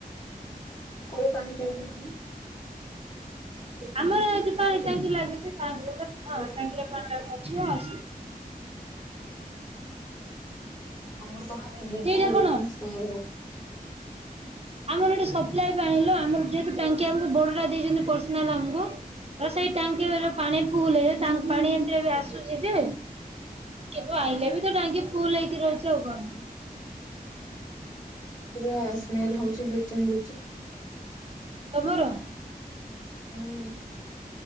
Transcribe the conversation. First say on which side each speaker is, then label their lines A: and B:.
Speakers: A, on the left (about 25°); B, on the right (about 40°).
A: କୋଉ ପାଣି ପିଉଚ ତମେ?
B: ଆମର
A: ଯାହା
B: ଆ ଯି
A: ଆସୁଛି?
B: ପାଣି ଟାଙ୍କି ଲାଗୁଚି ହଁ ଟାଙ୍କିରେ ପାଣି ଅଛି ଆସୁ
A: ଆମର ତ ଖାଲି
B: ସେଇଟା
A: ବ୍ଲିଚିଂ ବ୍ଲିଚିଂ
B: କଣ
A: ସ୍ମେଲ ହଉଚି।
B: ଆମର ଏଠି ସପ୍ଲାଏ ପାଣି ଲୋ ଆମର ଯେହେତୁ ଟାଙ୍କି ଆମକୁ ବଡଟା ଦେଇଚନ୍ତି ପର୍ସନାଲ ଆମକୁ ହ ସେଇ ଟାଙ୍କେ ପାଣି ଫୁଲୁ ହେଇଯାଏ ଟାଙ୍କି ପାଣି ଏମିତିରେ ବି ଆସୁଛି ଯେ କିନ୍ତୁ ଆଇଲେ ବି ତ ଟାଙ୍କି ଫୁଲ ହେଇକି ରହୁଚି ଆଉ କଣ।
A: ପୁରା ସ୍ମେଲ ହଉଛି ବ୍ଲିଚିଂ ବ୍ଲିଚିଂ।
B: ତମର?
A: ହୁଁ।